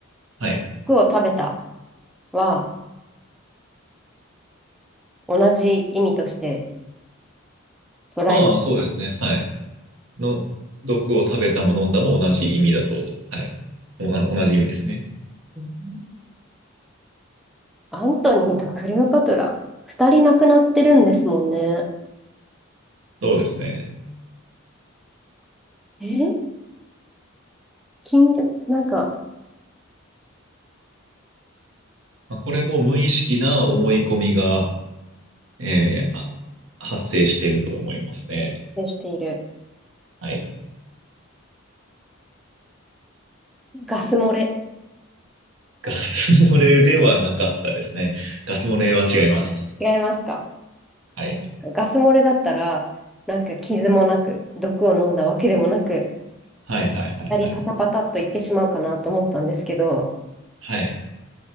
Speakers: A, on the right; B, in the centre.
A: はい。
B: 毒を食べたは同じ意味として捉えます。
A: まあ、そうですね。はい。の、毒を食べたも飲んだも同じ意味だと、はい。おあの同じ意味ですね。
B: うんアントニーとクレオパトラ、二人亡くなってるんですもんね。
A: そうですね。
B: え金魚、なんか、
A: まあ、これも無意識な思い込みが、えーあ発生していると思いますね。
B: ねしている。
A: はい。
B: ガス漏れ。
A: ガス漏れではなかったですね。ガス漏れは違います。
B: 違いますか
A: はい。
B: えガス漏れだったら、なんか傷もなく、毒を飲んだわけでもなく、
A: はいはいはいはい。
B: 二人パタパタっといってしまうかなと思ったんですけど、
A: はい。